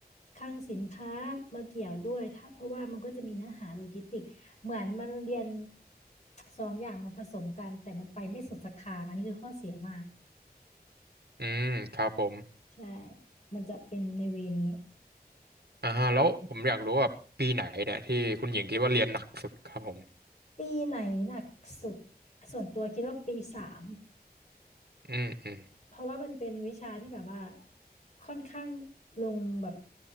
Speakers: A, on the left; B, on the right.
A: คลังสินค้ามาเกี่ยวด้วยถ้าเพราะว่ามันก็จะมีเนื้อหาโลจิสติกเหมือนมันเรียนสองอย่างมาผสมกันแต่มันไปไม่สุดสักทางอันนี้คือข้อเสียมาก
B: อืมครับผม
A: ใช่ มันจะเป็นในเวนี้
B: อ่าฮะแล้วผมอยากรู้ว่าปีไหนเนี่ยที่คุณหญิงคิดว่าเรียนหนักสุดครับผม
A: ปีไหนหนักสุดส่วนตัวคิดว่าปีสาม
B: อืมอืม
A: เพราะว่ามันเป็นวิชาที่แบบว่าค่อนข้างลงแบบ